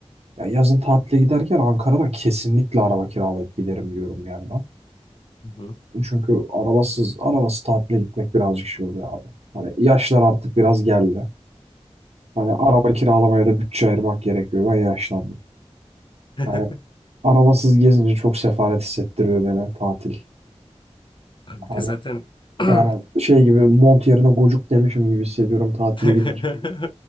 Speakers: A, on the right (about 65°); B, on the left (about 45°).
A: ya yazın tatile giderken Ankara'dan kesinlikle araba kiralayıp giderim diyorum yani ben.
B: Hı hı.
A: Çünkü arabasız arabası tatile gitmek birazcık şey oluyor abi. Hani yaşlar artık biraz geldi. Hani araba kiralamaya da bütçe ayırmak gerekiyor. Ben yaşlandım.
B: <laughs>
A: Hani arabasız gezince çok sefalet hissettiriyor beni tatil.
B: Abi bir
A: Hani
B: de zaten <clears throat>
A: Yani şey gibi mont yerine gocuk demişim gibi hissediyorum tatile
B: <laughs>
A: gidince.